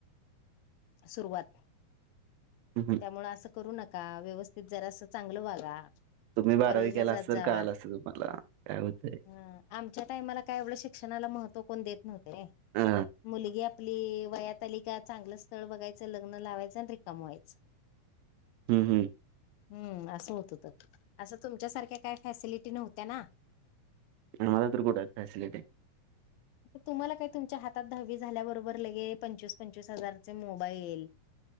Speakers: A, on the left (about 80°); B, on the right (about 80°).
A: सुरुवात
B: हम हम
A: त्यामुळे असं करू नका व्यवस्थित जरास असं चांगलं वागा
B: तुम्ही बारावी
A: कॉलेजला
B: केला
A: जात
B: असत तर
A: जावा
B: कळाल असत तुम्हाला काय होतंय?
A: हा आमच्या टाइमाला काय एवढं शिक्षणाला महत्व कोण देत नव्हत रे.
B: हा
A: मुलगी आपली वयातली का चांगल स्थ स्थळ बघायचं लग्न लावायचं आणि रिकाम व्हायचं
B: हम् हम्
A: हम्म असं होतं तर असं तुमच्यासारख्या काय फॅसिलिटी नव्हत्या ना
B: आम्हाला तर कुठं हायत फॅसिलिटी
A: तुम्हाला काय तुमच्या हातात दहावी झाल्याबरोबर लगेच पंचवीस पंचवीस हजारचे मोबाईल